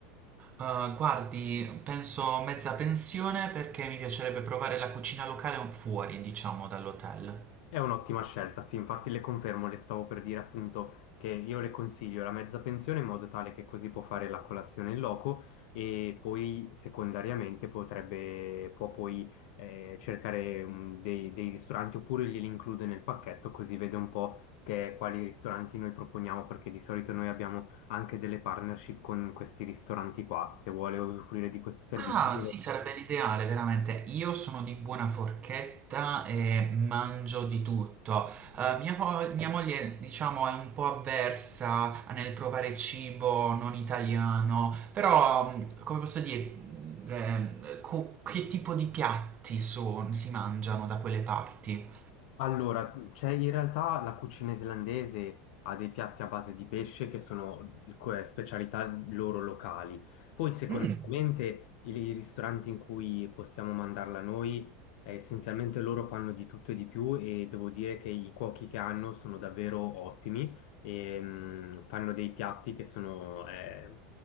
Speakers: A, on the right; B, on the left.
A: Ah, guardi, penso mezza pensione perché mi piacerebbe provare la cucina locale fuori, diciamo, dall'hotel.
B: È un'ottima scelta, sì, infatti le confermo, le stavo per dire appunto che io le consiglio la mezza pensione in modo tale che così può fare la colazione in loco e poi secondariamente potrebbe, può poi eh, cercare mm, dei, dei ristoranti oppure glieli include nel pacchetto così vede un po' che, quali ristoranti noi proponiamo perché di solito noi abbiamo anche delle partnership con questi ristoranti qua, se vuole usufruire di questo servizio.
A: Ah, sì, sarebbe l'ideale, veramente. Io sono di buona forchetta e mangio di tutto. Eh, mia, mo- mia moglie, diciamo, è un po' avversa nel provare cibo non italiano, però, mh, come posso dire, mh, eh, co- che tipo di piatti son- si mangiano da quelle parti?
B: Allora, cioè in realtà la cucina islandese ha dei piatti a base di pesce che sono que- specialità loro locali. Poi, secondariamente,
A: Mm.
B: i, i ristoranti in cui possiamo mandarla noi, eh, essenzialmente loro fanno di tutto e di più e devo dire che i cuochi che hanno sono davvero ottimi e mm, fanno dei piatti che sono eh,